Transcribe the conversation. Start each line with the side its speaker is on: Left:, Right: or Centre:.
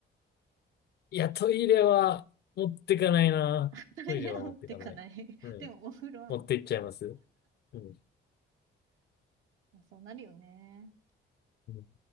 Left: いや、トイレは持ってかないな。
Right: <laughs> トイレは持ってかない。
Left: トイレは持ってかない。うん
Right: でも、お風呂は持ってく。
Left: 持っていっちゃいます。うん。
Right: まあそうなるよね。
Left: うん